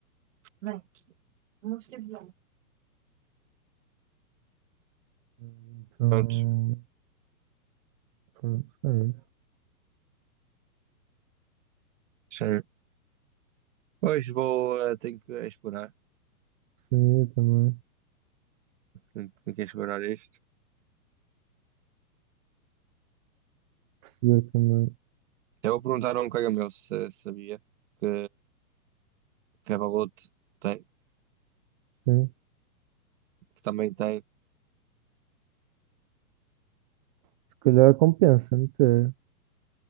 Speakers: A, on the right (about 55°); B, on the right (about 30°).
A: Bem, vamos ter de
B: Então,
A: Pronto.
B: pronto, é isso.
A: Já Hoje vou, eh, tenho que explorar,
B: Seria também.
A: tenho, tenho que explorar isto.
B: Perceber também.
A: Já vou perguntar a um colega meu se sabia que Revolut tem,
B: Sim.
A: que também tem.
B: Se calhar compensa meter.